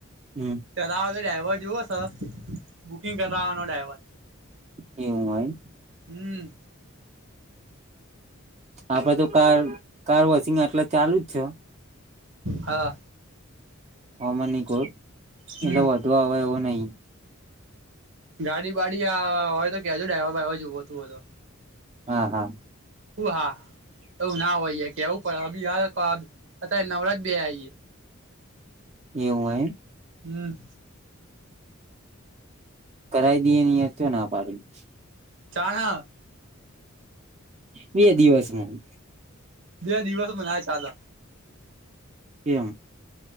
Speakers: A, on the right; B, on the right.
A: હમ
B: ચલાવજે ડ્રાઈવર જુવો સ, બુકિંગ કરવાવાનો ડ્રાઈવર.
A: એવું હોય?
B: હમ.
A: આપડે તો કાર કાર વોશિંગ આટલા ચાલુ જ છે.
B: હા.
A: હમા ની કો એટલે
B: હમ
A: વોંધો આવે એવો નહી
B: ગાડી વાડી અ હોય તો કેહજો ડ્રાઈવર બાઈવર જોઈતું હોય તો
A: હા હા
B: હું હા એવું ના હોય યાર કેહવુ પડે અબી હાલ અત્યારે નવરા જ બેહયા છીએ
A: એવું હ ઈમ
B: હમ
A: કરાઈ દઈએ ને યાર ચો ના પાડી
B: ચણા
A: બે દિવસમાં
B: બે દિવસ મનાય ચાલે
A: એમ